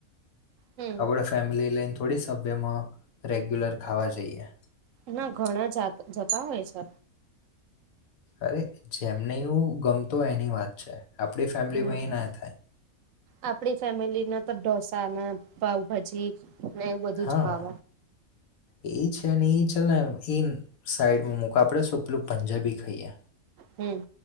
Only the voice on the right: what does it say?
હમ
ના ઘણા જતા હોય છે.
હમ
આપડી ફેમિલી ના તો ઢોસા ના પાાવભાજી ને એવું બધું
જ ભાવ
હમ-